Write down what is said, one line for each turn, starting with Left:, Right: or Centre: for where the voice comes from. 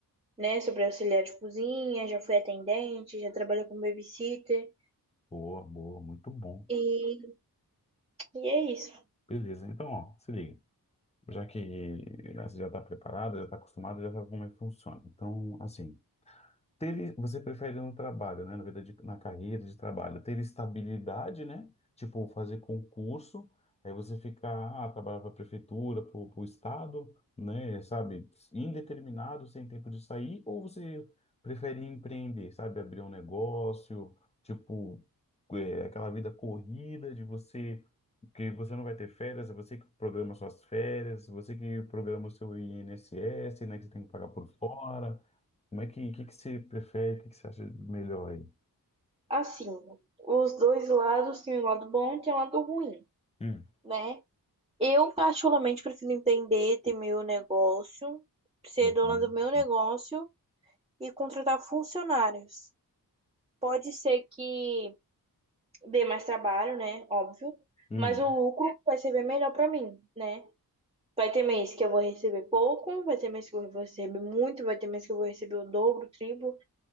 Right: né? Sobre auxiliar de cozinha, já fui atendente, já trabalhei como babysitter.
Left: Boa, boa, muito bom.
Right: E, e é isso.
Left: Beleza, então, ó, se liga. já que né, você já está preparado, já está acostumado, já sabe como é que funciona. Então, assim, ter, você prefere no trabalho, né? Na vida de, na carreira de trabalho, ter estabilidade, né? Tipo, fazer concurso, aí você ficar, ah, trabalhar para a prefeitura, para o estado, né? Sabe, indeterminado, sem tempo de sair, ou você prefere empreender, sabe, abrir um negócio, tipo, é, aquela vida corrida de você que você não vai ter férias, é você que programa suas férias, você que programa o seu INSS, né, que você tem que pagar por fora. Como é que, que, que você prefere, o que, que você acha melhor aí?
Right: Assim, os dois lados têm um lado bom e tem um lado ruim,
Left: Hum.
Right: né? Eu, particularmente, prefiro empreender, ter meu negócio, ser
Left: Uhum,
Right: dona do meu negócio e contratar funcionários. Pode ser que dê mais trabalho, né? Óbvio,
Left: uhum,
Right: mas o lucro vai ser bem melhor para mim, né? Vai ter mês que eu vou receber pouco, vai ter mês que eu vou receber muito, vai ter mês que eu vou receber o dobro, o triplo,